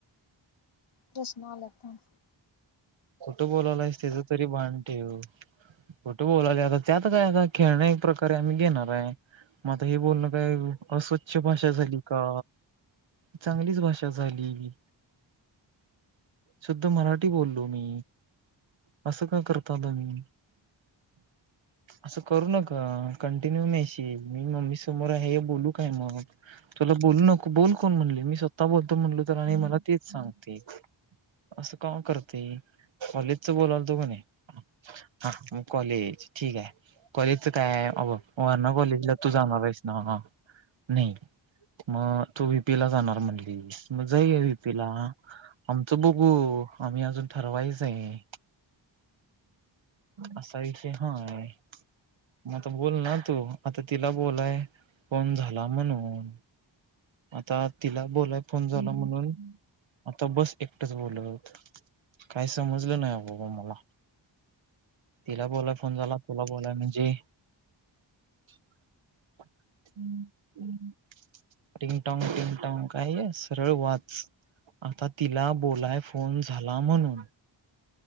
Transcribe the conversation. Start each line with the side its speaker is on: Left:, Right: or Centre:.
Left: प्रश्न आल्यात थांब.
Right: कुठं बोलालायस त्याच तरी भान ठेव. कुठे बोल्यालो आता त्यात काय आता खेळण्या प्रकारे आम्ही घेणार हाय. म आता हे बोलणं काय अस्वच्छ भाषा झाली का. चांगलीच भाषा झाली शुद्ध मराठी बोलल ललो मी असं का करता तुमी. असं करू नका कंटिन्यू मेसेज मी मम्मी समोर आहे हे बोलू काय मग. तुला बोलू नको, बोल कोण म्हणले, मी स्वतः बोलतो म्हणलो तर, आणि मला तेच सांगते. असं काम करत ते कॉलेजच बोलालतो म्हणे, हा मग कॉलेज, ठीक हाय. कॉलेजच काय आहे, अब वारणा कॉलेजला तू जाणार आहेस ना? नाही. मग तू व्ही पीला जाणार म्हणलीस, मग जाऊया व्हीपीला. आमचं बघू. हो, आम्ही अजून ठरवायचय. असा विषय हाय. म आता बोल ना तू, आता तिला बोलाय फोन झाला म्हणून. आता तिला बोलाय फोन झाला म्हणून आता बस एकटंच बोलत. काही समजलं नाही बाबा, मला. तिला बोलाय फोन झाला, तुला बोलाय म्हणजे. <unintelligible> टिंग - टॉंग, टिंग - टॉंग कायय, सरळ वाच. आता तिला, बोलाय फोन झाला म्हणून.